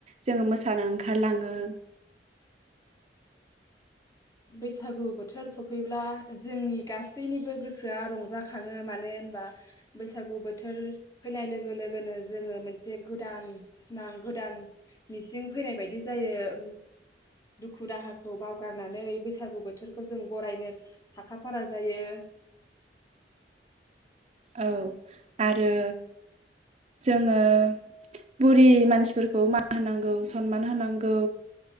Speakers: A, on the right; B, on the left.
A: जोङो मोसानो ओंखारलाङो
B: बैसागु बोथोर सफैब्ला जोंनि गासैनिबो गोसोआ रंजाखङो मानो होनबा बैसागु बोथोर फैनाय लोगो लोगोनो जोङो मोनसे गोदान सिमां गोदान मिजिं फैनाय बायदि जायो दुखु दाहाखौ बावगारनानै बैसागु बोथोरखौ जों बरायनो साखा फारा जायो
A: औ आरो जोङो बुरि मानसिफोरखौ मान होनांगौ सनमान होनांगौ